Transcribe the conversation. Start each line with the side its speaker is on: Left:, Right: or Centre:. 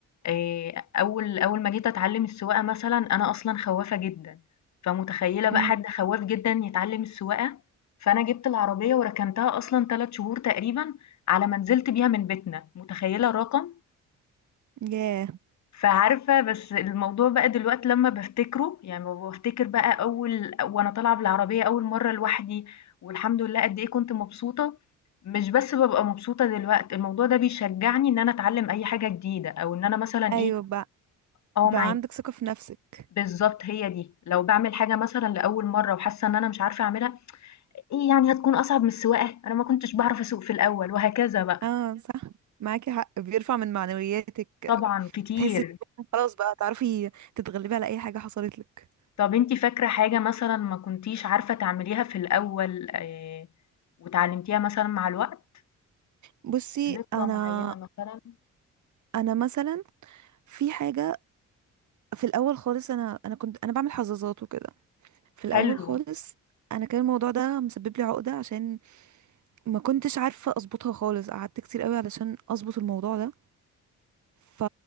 Left: آآ، أول أول ما جيت أتعلّم السواقة مثلًا، أنا أصلًا خوّافة جدًا، فمتخيّلة بقى
Right: مم.
Left: حد خواّاف جدًا يتعلّم السواقة، فأنا جِبت العربية وركنتها أصلًا 3 شهور تقريبًا على ما نزلت بيها من بيتنا، متخيّلة الرقم؟
Right: ياه
Left: فعارفة بس الموضوع بقى دلوقتي لمّا بافتكره، يعني لمّا بافتكر بقى أول وأنا طالعة بالعربية أول مرّة لوحدي والحمد لله قد إيه كنت مبسوطة، مش بس بابقى مبسوطة دلوقتي، الموضوع ده بيشجّعني إن أنا أتعلّم أي حاجة جديدة أو إن أنا مثلًا
Right: ايوه
Left: إيه
Right: بقى
Left: آه
Right: بقى
Left: معاكِ،
Right: عندك ثقة في نفسك
Left: بالضبط هي دي. لو باعمل حاجة مثلًا لأول مرّة وحاسة إن أنا مش عارفة أعملها، إيه يعني هتكون أصعب من السواقة؟ أنا ما كنتش باعرف أسوق في الأول وهكذا بقى.
Right: اه صح معاكي حق بيرفع من معنوياتك
Left: طبعًا كتير.
Right: بتحسي انك خلاص بقى تعرفي تتغلبي على اي حاجة حصلت لك
Left: طب أنتِ فاكرة حاجة مثلًا ما كنتيش عارفة تعمليها في الأول آآ، واتعلمتيها مثلًا مع الوقت؟
Right: بصي
Left: ذكرى
Right: انا
Left: معينة مثلًا؟
Right: انا مثلا في حاجة في الاول خالص انا انا كنت انا بعمل حظاظات وكده في الاول
Left: حلو،
Right: خالص انا كان الموضوع ده مسبب لي عقدة عشان ما كنتش عارفة اظبطها خالص قعدت كتير قوي علشان اظبط الموضوع ده ف...